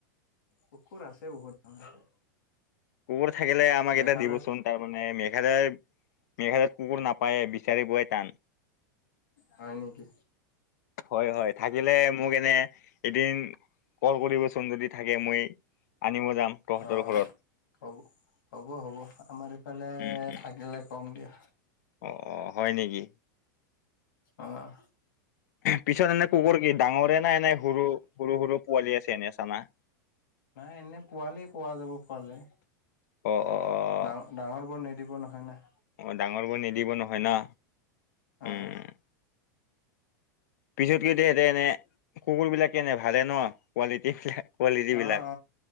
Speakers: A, on the left (about 80°); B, on the left (about 55°).
A: কুকুৰ আছে বহুত।
B: কুকুৰ থাকিলে আমাক
A: মেঘালয়ত
B: এটা দিবচোন তাৰমানে মে মেঘালয় - মেঘালয়ত কুকুৰ নাপায়েই বিচাৰিবৈ টান।
A: হয় নেকি?
B: হয় হয় থাকিলে মোক এনে এদিন কল কৰিবচোন যদি থাকে মই আনিব যাম তহঁতৰ
A: অ
B: ঘৰত
A: হ'ব হ'ব হ'ব আমাৰ এইফালে
B: উম উম
A: থাকিলে কম দিয়া
B: অ হয় নেকি?
A: অ
B: পিছত এনে কুকুৰ কি ডাঙৰে নাই এনে সৰু সৰু সৰু পোৱালি আছে এনে চানা
A: নাই এনে পোৱালিয়েই পোৱা যাব পোৱালে
B: অ' অ অ
A: ডাঙৰ ডাঙৰ বোৰ নিদিব নহয় না
B: অ' ডাঙৰ বোৰ নিদিব নহয় না
A: অ
B: উম পিছত কি এতিয়া <unintelligible> এনে কুকুৰ বিলাক কেনে ভালে ন কোৱালিটী বিলাক কোৱালিটী
A: অ অ
B: বিলাক